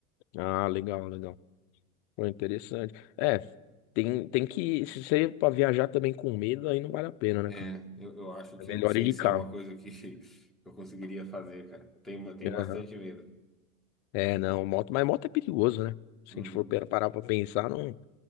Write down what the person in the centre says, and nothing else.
É,
eu, eu acho que
eu não sei
se
é uma coisa que <laughs> eu conseguiria fazer, cara. Eu tenho, eu tenho
bastante medo.
Uhum.